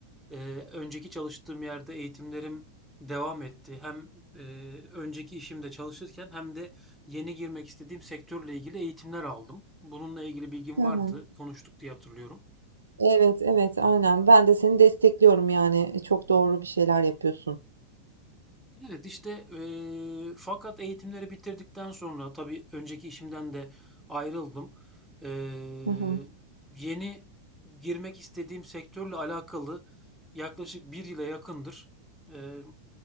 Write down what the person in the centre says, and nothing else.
e, önceki çalıştığım yerde eğitimlerim devam etti. Hem e, önceki işimde çalışırken hem de yeni girmek istediğim sektörle ilgili eğitimler aldım. Bununla ilgili bilgim
vardı.
Konuştuk diye hatırlıyorum.
Evet işte eee, fakat eğitimleri bitirdikten sonra tabii önceki işimden de ayrıldım. Eee,
yeni girmek istediğim sektörle alakalı yaklaşık bir yıla yakındır. eee,